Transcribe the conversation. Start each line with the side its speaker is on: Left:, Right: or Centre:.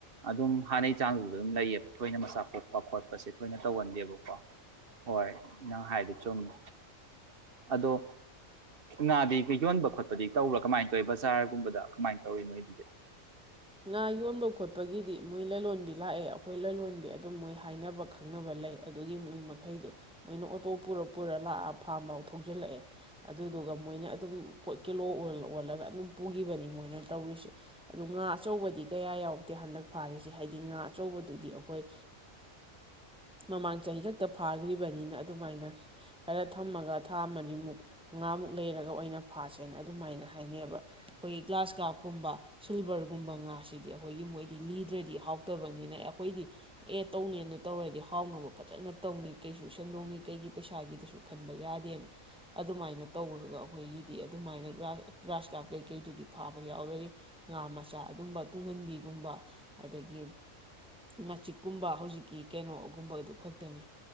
Right: ꯑꯗꯨꯝ ꯍꯥꯟꯅꯩ ꯆꯥꯡꯗꯨꯗ ꯑꯗꯨꯝ ꯂꯩꯌꯦꯕ ꯊꯣꯏꯅ ꯃꯆꯥ ꯄꯣꯛꯄ ꯈꯣꯠꯄꯁꯦ ꯊꯣꯏꯅ ꯇꯧꯒꯟꯗꯦꯕꯀꯣ ꯍꯣꯏ ꯅꯪ ꯍꯥꯏꯗꯣ ꯆꯨꯝꯃꯦ ꯑꯗꯣ ꯉꯥꯗꯤ ꯌꯣꯟꯕ ꯈꯣꯠꯄꯗꯤ ꯇꯧꯕꯔꯥ ꯀꯃꯥꯏꯅ ꯇꯧꯋꯤ ꯕꯖꯥꯔꯒꯨꯝꯕꯗ ꯀꯃꯥꯏꯅ ꯇꯧꯔꯤ ꯅꯣꯏꯗꯨꯗꯤ
Centre: ꯉꯥ ꯌꯣꯟꯕ ꯈꯣꯠꯄꯒꯤꯗꯤ ꯃꯣꯏ ꯂꯂꯣꯟꯕꯤ ꯂꯥꯛꯑꯦ ꯑꯩꯈꯣꯏ ꯂꯂꯣꯟꯕꯤ ꯑꯗꯨꯝ ꯃꯣꯏ ꯍꯥꯏꯅꯕ ꯈꯪꯅꯕ ꯂꯩ ꯑꯗꯨꯒꯤ ꯃꯣꯏ ꯃꯈꯩꯗꯨꯣ ꯃꯣꯏꯅ ꯑꯣꯇꯣ ꯄꯨꯔ ꯄꯨꯔ ꯂꯥꯛꯑ ꯐꯥꯝꯐꯥꯎ ꯊꯧꯖꯤꯜꯂꯛꯑꯦ ꯑꯗꯨꯗꯨꯒ ꯃꯣꯏꯅ ꯑꯗꯨꯝ ꯄꯣꯠꯀꯤ ꯀꯤꯂꯣ ꯑꯣꯜꯂꯒ ꯑꯗꯨꯝ ꯄꯨꯒꯤꯕꯅꯤ ꯃꯣꯏꯅ ꯇꯧꯔꯤꯁꯦ ꯑꯗꯨ ꯉꯥ ꯑꯆꯧꯕꯗꯤ ꯀꯌꯥ ꯌꯥꯎꯗꯦ ꯍꯟꯗꯛ ꯐꯥꯔꯤꯁꯦ ꯍꯥꯏꯗꯤ ꯉꯥ ꯑꯆꯧꯕꯗꯨꯗꯤ ꯑꯩꯈꯣꯏ ꯃꯃꯥꯡ ꯆꯍꯤ ꯈꯛꯇ ꯐꯥꯒ꯭ꯔꯤꯕꯅꯤꯅ ꯑꯗꯨꯃꯥꯏꯅ ꯈꯔ ꯊꯝꯃꯒ ꯊꯥ ꯃꯔꯤꯃꯨꯛ ꯃꯉꯥꯃꯨꯛ ꯂꯩꯔꯒ ꯑꯣꯏꯅ ꯐꯥꯁꯦꯅ ꯑꯗꯨꯃꯥꯏꯅ ꯍꯥꯏꯅꯩꯌꯦꯕ ꯑꯩꯈꯣꯏꯒꯤ ꯒ꯭ꯂꯥꯁ ꯀꯥꯞꯀꯨꯝꯕ ꯁꯤꯜꯚꯔꯒꯨꯝꯕ ꯑꯗꯨꯒ ꯨꯝꯕ ꯉꯥꯁꯤꯗꯤ ꯑꯩꯈꯣꯏꯒꯤ ꯃꯣꯏꯗꯤ ꯂꯤꯗ꯭ꯔꯗꯤ ꯍꯥꯎꯇꯕꯅꯤꯅ ꯑꯦ ꯑꯩꯈꯣꯏꯗꯤ ꯑꯦ ꯇꯧꯅꯦꯅ ꯇꯧꯔꯗꯤ ꯍꯥꯎꯅꯕ ꯐꯖꯅ ꯇꯧꯅꯤ ꯀꯩꯁꯨ ꯁꯦꯟꯗꯣꯡ ꯀꯩꯒꯤ ꯄꯩꯁꯥꯒꯤꯗꯨꯁꯨ ꯈꯟꯕ ꯌꯥꯗꯦꯅ ꯑꯗꯨꯃꯥꯏꯅ ꯇꯧꯔꯒ ꯑꯩꯈꯣꯏꯒꯤꯗꯤ ꯑꯗꯨꯃꯥꯏꯅꯒ꯭ꯔꯥꯁ ꯒ꯭ꯔꯥꯁ ꯀꯥꯞ ꯀꯩꯀꯩꯗꯨꯗꯤ ꯐꯥꯕ ꯌꯥꯎꯔꯅꯤ ꯉꯥ ꯃꯆꯥ ꯃꯆꯥ ꯑꯗꯨꯝꯕ ꯇꯨꯡꯍꯟꯕꯤꯒꯨꯝꯕ ꯑꯗꯒꯤ ꯉꯥꯆꯤꯛꯀꯨꯝꯕ ꯍꯧꯖꯤꯛꯀꯤ ꯀꯩꯅꯣꯒꯨꯝꯕ ꯑꯗꯨ ꯈꯛꯇꯅꯤ